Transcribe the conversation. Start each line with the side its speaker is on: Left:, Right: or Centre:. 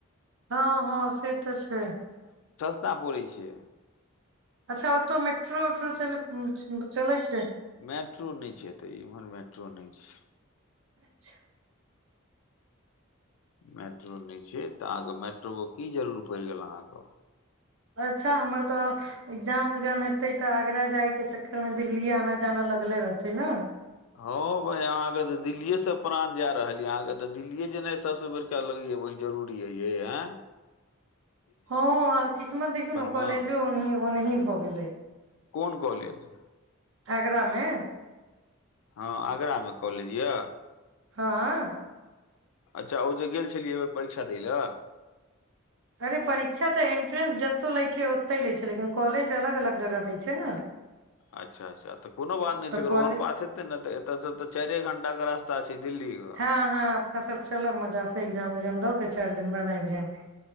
Right: हँ हँ से तऽ छै
Left: ता पड़ै छै
Right: अच्छा ओ तऽ मेट्रो उट्रो चलै छै
Left: मेट्रो नै छै तऽ इमहर मेट्रो नहि छै
Right: अच्छा
Left: मेट्रो नहि छै तऽ अहाँके मेट्रोके की जरूर पड़ि गेल अहाँके
Right: अच्छा हमर तऽ एग्जाम उग्जाम हेतै तऽ आगरा जायके चक्करमे दिल्ली आना जाना लगले रहतै ने
Left: हँ औ बंहि अहाँके तऽ दिल्लीएसँ प्राण जाय रहल य अहाँकेऽ दिल्लीए जेना सबसँ बड़का लगैया बहि जरूरी ऐ यै एं
Right: हँ किस्मत देखियौ ने कॉलेजोह
Left: मे
Right: ओनही भऽ गेलै
Left: कोन कॉलेज
Right: आगरा मे
Left: हँ आगरामे कॉलेज यऽ
Right: हँ
Left: अच्छा ओ जे गेल छलियै अय बेर परीक्षा दै लए
Right: अरे परीक्षा तऽ इन्ट्रेंस जतहु लैत छै ओतहि लैत छै लेकिन कॉलेज अलग अलग जगह दैत छै ने
Left: अच्छा अच्छा तऽ कोनो बात नहि
Right: तऽ
Left: छै अगर
Right: कॉलेज
Left: ओहन बात हेतै ने तऽ एतऽसँ तऽ चारे घंटा रास्ता छै दिल्लीके
Right: हँं हँं अपना सब चलब मजा से एग्जाम उग्जाम द के चार दिन बाद आइब जायब